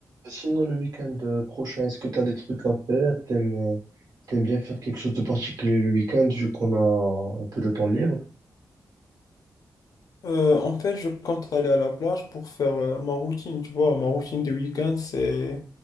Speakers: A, on the right; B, on the left.
A: Sinon, le week-end euh, prochain, est-ce que tu as des trucs à faire? T'aimes, euh, t'aimes bien faire quelque chose de particulier le week-end vu qu'on a un peu de temps libre?
B: Euh, en fait, je compte aller à la plage pour faire euh, ma routine, tu vois. Ma routine de week-end, c'est